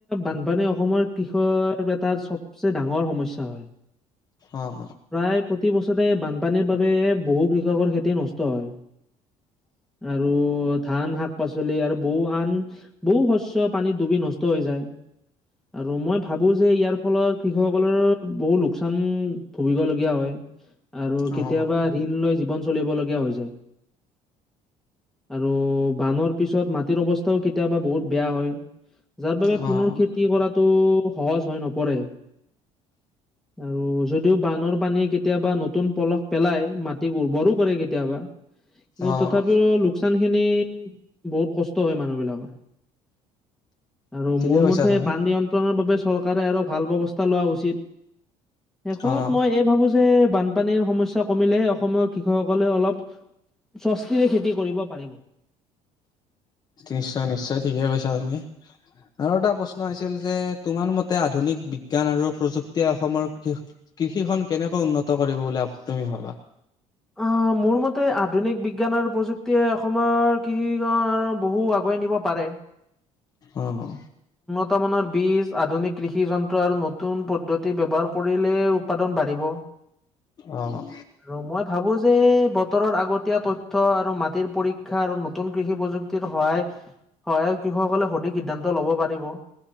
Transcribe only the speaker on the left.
অ',
অ',
অ', অ',
অ',
ঠিকে
কৈছা
তুমি
অ',
নিশ্চয় নিশ্চয় ঠিকেই কৈছা তুমি আৰু এটা প্ৰশ্ন আছিল যে তোমাৰ মতে আধুনিক বিজ্ঞান আৰু প্ৰযুক্তিয় অসমৰ কৃষি খন কেনেকৈ উন্নত কৰিব বুলি তুমি ভাবা
অ অ
অ',